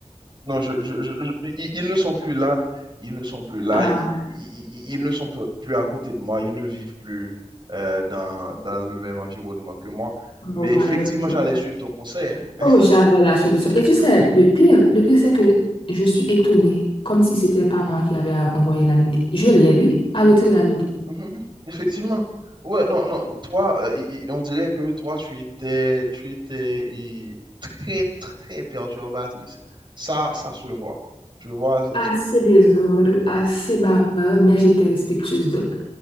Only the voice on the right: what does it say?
non, je, je, je- je- ils ils ne sont plus là. Ils ne sont plus là.
Ils, ils- ils- ils ne sont plus plus à côté de moi. Ils ne vivent plus euh, dans, dans le même environnement que moi. Mais
effectivement, j'allais suivre ton conseil, hein.
Oui.
Mhm,
mhm.
mhm, mhm. Effectivement. Ouais, non, non. Toi, euh, i- i- on dirait que toi, tu étais, tu étais i- très, très perturbatrice. Ça, ça se voit. Tu vois, euh,